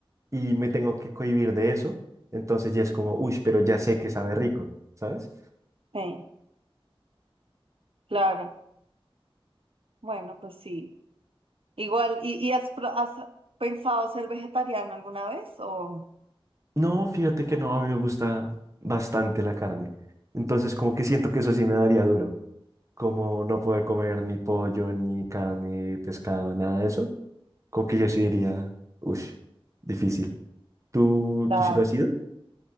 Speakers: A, on the right; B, on the right.
A: y me tengo que cohibir de eso, entonces ya es como, uy, pero ya sé que sabe rico, ¿sabes?
B: Sí, claro. Bueno, pues sí. Igual, ¿y, y has, pro- has pensado ser vegetariano alguna vez? O...
A: No, fíjate que no, a mí me gusta bastante la carne. Entonces, como que siento que eso sí me daría duro. Como no poder comer ni pollo, ni carne, pescado, nada de eso. Como que yo sí diría, uff,
B: Mm,
A: difícil. ¿Tú,
B: Claro.
A: tú sí lo has ido?